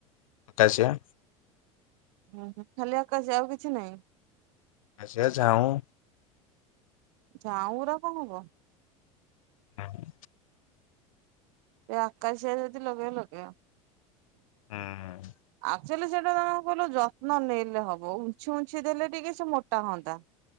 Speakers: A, on the left; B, on the right.
A: ଆକାଶୀୟା।
B: ହୁଁ ହୁଁ ଖାଲି ଆକାଶଆ ଆଉ କିଛି ନାଇଁ।
A: ଆକାଶୀଆ ଝାଉଁ
B: ଝାଉଁ ଉରା କଣ ହବ।
A: ହୁଁ।
B: ଏ ଆକାସିଆ ଯଦି ଲଗେଇବା ଲଗେଇବ।
A: ହୁଁ।
B: ଆକ୍ଚୁଆଲି ସେଇଟା ତମର କଣ କହିଲ, ଯତ୍ନ ନେଲେ ହବ ଉଁଛିି ଉଁଛିି ଦେଲେ ଟିକେ ସେ ମୋଟା ହୁଅନ୍ତା।